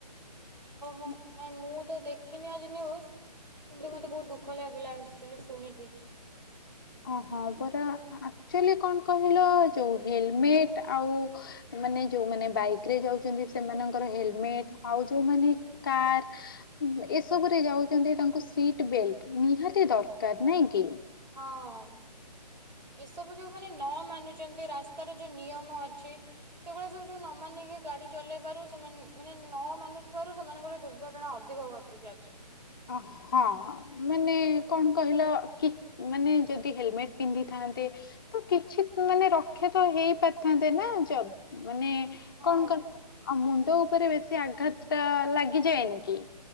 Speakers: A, on the left (about 30°); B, on the right (about 90°).
A: <inaudible>
B: ହ ନାଇଁ ମୁଁତ ଦେଖିନି ଆଜି ନ୍ୟୁଜ୍ କିନ୍ତୁ ମତେ ବହୁତ୍ ଦୁଃଖ ଲାଗିଲା ଶୁଣିକି।
A: ଅଁ ହଁ ପରା ଆକ୍ଚୁଲି କଣ କହିଲ ଯୋଉ ହେଲମେଟ୍ ଆଉ ମାନେ ଯୋଉମାନେ ବାଇକ ରେ ଯାଉଚନ୍ତି ସେମାନଙ୍କର ହେଲମେଟ୍ ଆଉ ଯୋଉମାନେ କାର୍ ଏସବୁରେ ଯାଉଚନ୍ତି ତାଙ୍କୁ ସିଟ୍ ବେଲ୍ଟ୍ ନିହାତି ଦରକାର ନାଇଁକି?
B: ହଁ ଏସବୁ ଯୋଉ ମାନେ ନ ମାନୁଚନ୍ତି ରାସ୍ତାରେ ଯୋଉ ନିୟମ ଅଛି। ସେବେଳିଆ ସବୁ ଯୋଉ ନମାନିକି ଗାଡ଼ି ଚଲେଇବାରୁ ସେମାନେ ମାନେ ନମାନୁଥିବାରୁ ସେମାନଙ୍କର ଦୁର୍ଘଟଣା ଅଧିକ ଘଟୁ <unintelligible>
A: ଅ ହଁ ମାନେ କଣ କହିଲ କି ମାନେ ଯଦି ହେଲମେଟ୍ ପିନ୍ଧିଥାନ୍ତେ ତକିଛି ମାନେ ରକ୍ଷାତ ହେଇ ପାରିଥାନ୍ତେନା ଯ ମାନେ
B: ହଁ
A: କଣ କହିଲ ଆ ମୁଣ୍ଡ ଉପରେ ବେଶୀ ଆଘାତଟା ଲାଗିଯାଏନିକି?